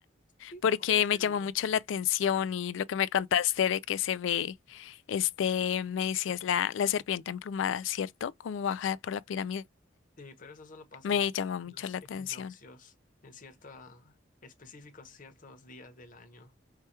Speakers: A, on the left; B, on the left.
A: Sí,
B: porque
A: podría ser
B: me llamó
A: un buen
B: mucho la atención y lo que me contaste de que se ve, este, me decías la, la serpiente emplumada, ¿cierto? Como baja por la pirámide.
A: Sí, pero eso solo pasa
B: Me llamó mucho
A: en los
B: la atención.
A: equinoccios, en ciertos específicos ciertos días del año,